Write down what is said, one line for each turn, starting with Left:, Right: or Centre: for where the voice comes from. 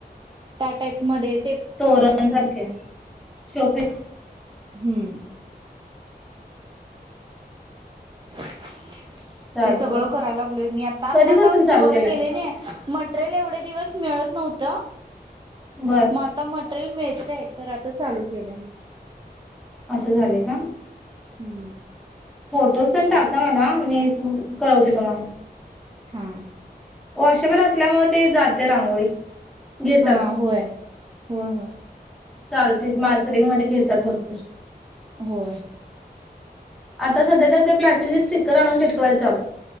Right: त्या टाईप मध्ये.
Centre: तोरण सारखे शोपीस.
Right: हम्म. <unintelligible>
Centre: चालते
Right: ते सगळं
Centre: चालते
Right: करायला लागलोय मी, आता
Centre: कधीपासून
Right: आता आता सुरुवात
Centre: चालू केलाय
Right: केलय नी. मटरेल एवढे दिवस मिळत नव्हतं.
Centre: बर
Right: मत मट रेल मिळतय तर आता चालू केलंय.
Centre: असं झालंय का.
Right: हम्म
Centre: फोटोज तेन टाका मला मी कळवते तुम्हाला.
Right: हा.
Centre: वॉशेबल असल्यामुळे ते जाते रांगोळी. घेतात
Right: हा होय. हो हो
Centre: चालते मार्केटिंग मध्ये घेतात भरपूर.
Right: हो.
Centre: आता सध्या तर ते प्लास्टिकचे स्टिकर आणून चिटकवायचं आले